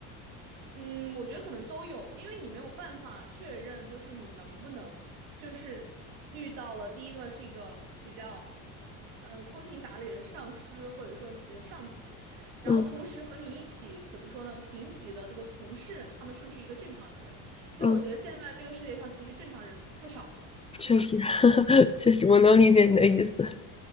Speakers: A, on the right; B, on the left.
A: 嗯，我觉得可能都有，因为你没有办法确认，就是你能不能，就是遇到了第一个是一个比较，呃，通情达理的上司，或者说你觉得上级，然后同时和你一起怎么说呢，
B: 嗯
A: 平级的这个同事，他们是不是一个正常人？因为我觉得现在这个世界上其实正常人太少了。
B: 嗯确实，<laughs> 确实，我能理解你的意思。